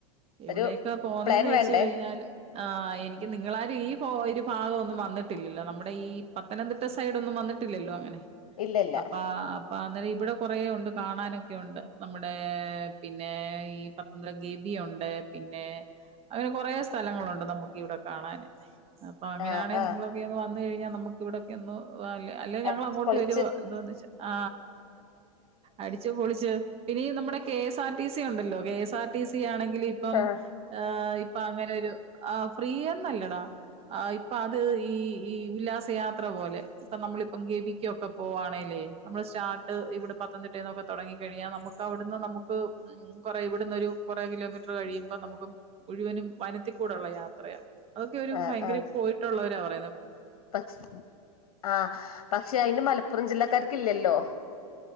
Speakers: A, on the right; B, on the left.
A: എവിടെക്കാ
B: ഒരു
A: പോന്നന്ന്
B: പ്ലാൻ
A: വെച്ച്
B: വേണ്ടേ
A: കഴിഞ്ഞാൽ ആ എനിക്ക് നിങ്ങളാരിം ഒരു ഭാഗൊന്നും വന്നിട്ടില്ലല്ലോ നമ്മുടെ ഈ പത്തനംതിട്ട സൈഡൊന്നും വന്നിട്ടില്ലല്ലോ അങ്ങനെ
B: ഇല്ല ഇല്ല
A: അപ്പ അപ്പ അന്നേരം ഇവിടെ കുറേ ഉണ്ട് കാണാനൊക്കെയുണ്ട് നമ്മുടെ പിന്നെ ഈ പത്തന്ത്രഗവിയുണ്ട് പിന്നെ അങ്ങനെ കൊറേ സ്ഥലങ്ങളുണ്ട് നമുക്ക് ഇവിടെ കാണാൻ അപ്പൊ അങ്ങനാണെ
B: ആ ആ
A: നിങ്ങളൊക്കെ ഒന്ന് വന്ന് കഴിഞ്ഞാൽ നമുക്ക് ഇവിടൊക്കെ ഒന്ന് ഓ അല്ലെ ഞങ്ങള്
B: അടിച്ച്
A: അങ്ങോട്ട്
B: പൊളിച്ച്
A: വരുവാ എന്താന്ന് വച്ച ആ അടിച്ച് പൊളിച്ച് പിന്നെ ഈ നമ്മുടെ K S R T C ഉണ്ടല്ലോ K S R T C ആണെങ്കില് ഇപ്പം
B: ആ
A: ഇപ്പൊ അങ്ങനെ ഒരു ആ ഫ്രീ എന്നല്ലടാ, ഇപ്പൊ അത് ഈ ഈ ഉല്ലാസയാത്ര പോലെ ഇപ്പ നമ്മളി പ്പം ഗവിക്കൊക്കെ പോവാണെലേ നമ്മൾ സ്റ്റാർട്ട് ഇവിടെ പത്തനംതിട്ടന്നൊക്കെ തുടങ്ങികഴിഞ്ഞാൽ നമുക്ക് അവിടുന്ന് നമുക്ക് ഉം കുറെ ഇവിടുന്ന് ഒരു കുറേ കിലോമീറ്റർ ർ കഴിയുമ്പോ നമുക്ക് മുഴുവനും വനത്തിക്കൂടെള്ള യാത്രയാണ് അതൊക്കെ ഒരു
B: ആ ആ
A: ഭയങ്കര
B: ആ.
A: പോയിട്ടുള്ളവരാ പറഞ്ഞെ
B: പക്ഷ ആഹ പക്ഷെ അയ്ന് മലപ്പുറം ജില്ലക്കാർക്ക് ഇല്ലല്ലോ